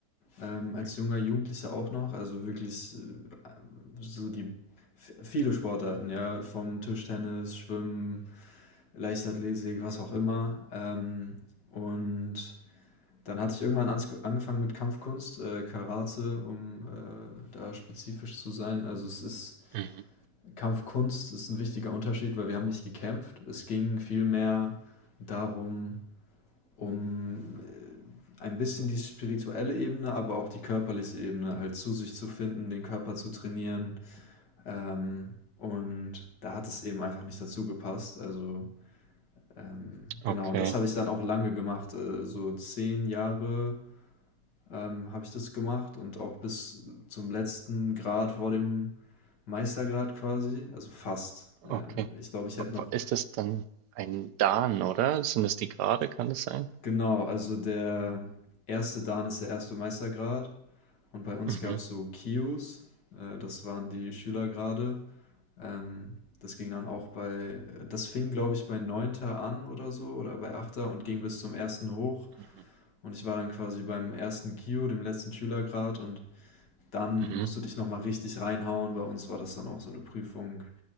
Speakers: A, on the left (about 75°); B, on the right (about 75°).
A: Ähm, als
B: Mhm.
A: junger Jugendlicher auch noch, also wirklich äh, so die f- viele Sportarten, ja, vom Tischtennis, Schwimmen, Leichtathletik, was auch immer. Ähm, und dann hatte ich irgendwann ans angefangen mit Kampfkunst, äh, Karate, um äh, da spezifisch zu sein. Also es ist
B: Mhm.
A: Kampfkunst ist ein wichtiger Unterschied, weil wir haben nicht gekämpft. Es ging vielmehr darum, um äh, ein bisschen die spirituelle Ebene, aber auch die körperliche Ebene halt zu sich zu finden, den Körper zu trainieren. Ähm, und da hat es eben einfach nicht dazu gepasst. Also ähm, genau,
B: Okay,
A: und das habe ich dann auch lange gemacht. Äh, so zehn Jahre ähm, habe ich das gemacht und auch bis zum letzten Grad vor dem Meistergrad quasi. Also fast. Ähm,
B: okay.
A: ich glaube, ich hätte noch
B: Wa- Ist das dann ein Dan, oder? Sind das die Grade? Kann das sein?
A: Genau, also der erste Dan ist der erste Meistergrad und bei uns
B: Mhm.
A: gab es so Kius, äh, das waren die Schülergrade. Ähm, das ging dann auch bei, das fing glaube ich bei Neunter an oder so oder bei Achter und ging bis zum ersten hoch
B: Mhm.
A: und ich war dann quasi beim ersten Kio, dem letzten Schülergrad und dann
B: Mhm.
A: musst du dich nochmal richtig reinhauen. Bei uns war das dann auch so eine Prüfung